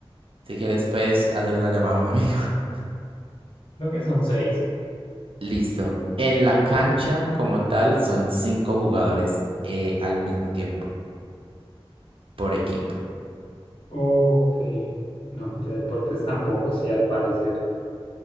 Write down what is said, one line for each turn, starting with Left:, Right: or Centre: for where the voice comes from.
Right: Si quieres, puedes hacer una llamada a un amigo. <laughs>
Left: creo que son seis.
Right: Listo. En la cancha, como tal, son cinco jugadores eh, al mismo tiempo, por equipo. <gasps>
Left: Ok, no, de deportes tampoco sé al parecer.